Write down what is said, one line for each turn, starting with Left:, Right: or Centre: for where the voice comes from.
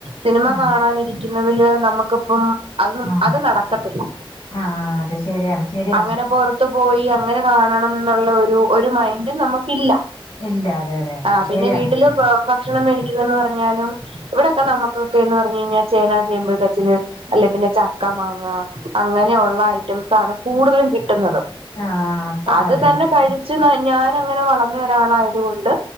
Right: സിനിമ
Left: ആ
Right: കാണാനിരിക്കുന്നതില് നമുക്ക്പ്പം അതന്നും
Left: ആ
Right: അത് നടക്കത്തില്ല
Left: ആ അത് ശരിയാണ് ശരിയാണ്
Right: അങ്ങന പോർ ത്ത് പോയി അങ്ങനെ കാണണം ന്ന്ള്ളോരു ഒരു മൈൻഡും നമുക്കില്ല
Left: ഇല്ല അതെ അതെ അതെ
Right: ആ പിന്നെ
Left: ശരിയാണ്
Right: വീട്ടില് പ് ഭക്ഷണം മേടിക്കുന്നന്ന് പറഞ്ഞാലും ഇവിടെക്കെ നമ്മുക്കൊക്കെ ഒന്ന് പറഞ് കഴിഞ്ഞാ ചേനാ ചേമ്പ് കച്ല് അല്ലെ പിന്നെ ചക്ക മാങ്ങ അങ്ങനെ ഉള്ള ഐറ്റംസ് ആണ് കൂടുതലും കിട്ടുന്നത്
Left: ആ അപ്പൊ
Right: അത്
Left: അതെ
Right: തന്നെ
Left: അതെ
Right: കഴിച്ച് ന ഞാനങ്ങനെ വളർന്ന ഒരാളായതു കൊണ്ട്